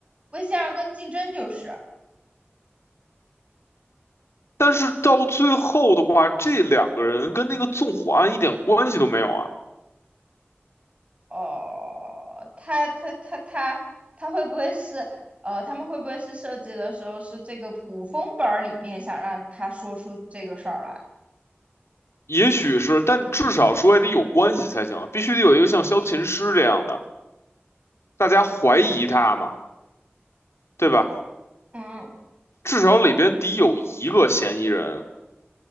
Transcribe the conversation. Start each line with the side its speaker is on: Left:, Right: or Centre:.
Right: 魏仙儿跟竞争就是，
Left: 但是到最后的话，这两个人跟那个纵火案一点关系都没有啊。
Right: 哦，他他他他他会不会是呃，他们会不会是设计的时候是这个古风本儿里面想让他说出这个事儿来？
Left: 也许是，但至少说也得有关系才行啊，必须得有一个像萧琴师这样的，大家怀疑他嘛，对吧？
Right: 嗯，
Left: 至少里边得有一个嫌疑人。